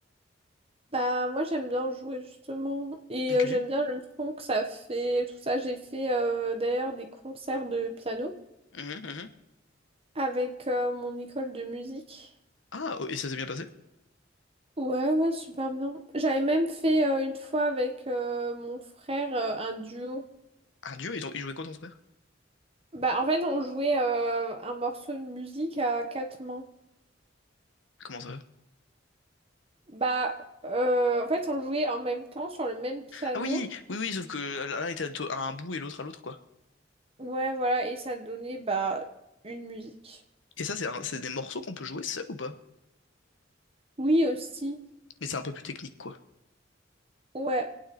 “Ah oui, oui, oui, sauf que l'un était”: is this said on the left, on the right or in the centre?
Left